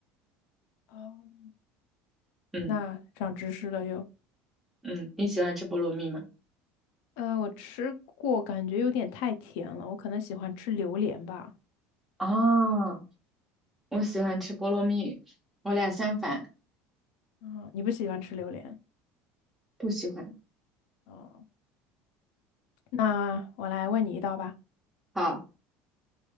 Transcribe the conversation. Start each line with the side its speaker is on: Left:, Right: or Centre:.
Left: 哦，
Centre: 嗯
Left: 那长知识了又。
Centre: 嗯，你喜欢吃菠萝蜜吗？
Left: 呃，我吃过，感觉有点太甜了，我可能喜欢吃榴莲吧。
Centre: 哦，我喜欢吃菠萝蜜，我俩相反，
Left: 啊、你不喜欢吃榴莲？
Centre: 不喜欢。
Left: 哦，那我来问你一道吧。
Centre: 好。